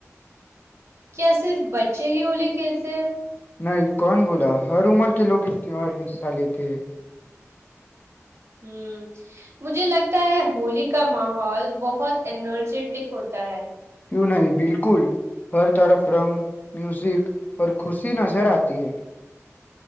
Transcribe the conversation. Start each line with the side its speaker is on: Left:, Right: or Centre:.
Right: کیا صرف بچے ہی ہولی کھیلتے ہیں
Left: نہیں کون بولا ہر عمر کے لوگ اس تیوار میں حصہ لیتے
Right: ہ مجھے لگتا ہے ہولی کا ماحول بہت انرجیٹک ہوتا ہے
Left: کیوں نہیں بالکل ہر طرف رنگ میوزک اور خوشی نظر آتی ہے